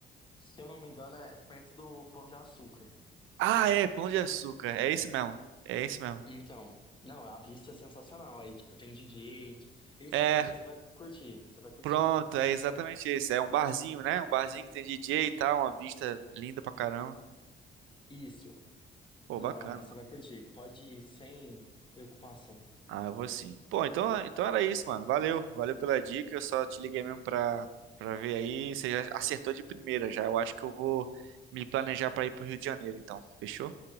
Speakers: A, on the left; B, on the right.
A: Se eu não me engano, é perto do Pão de Açúcar.
B: Ah, é, Pão de Açúcar. É esse mesmo. É esse mesmo.
A: Então, não, a vista é sensacional. Aí, tipo, tem DJ. Esse
B: É,
A: rolê você vai curtir, você vai curtir.
B: Pronto, é exatamente isso. É um barzinho, né? Um barzinho que tem DJ e tal, uma vista linda pra caramba.
A: Isso.
B: Pô,
A: Não,
B: bacana.
A: é, você vai curtir. Pode ir sem preocupação.
B: Ah, eu vou sim. Pô, então, então era isso, mano. Valeu, valeu pela dica. Eu só te liguei mesmo pra, pra ver aí. Você já acertou de primeira já. Eu acho que eu vou me planejar pra ir pro Rio de Janeiro, então. Fechou?